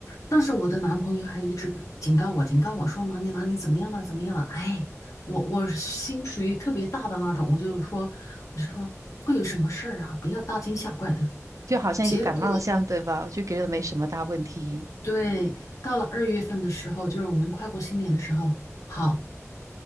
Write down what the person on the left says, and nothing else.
当时我的男朋友还一直警告我，警告我说哪里哪里怎么样了，怎么样了，哎，我我心属于特别大的那种，我就说我就说会有什么事儿啊，不要大惊小怪的。
结果
对，到了二月份的时候，就是我们快过新年的时候，好。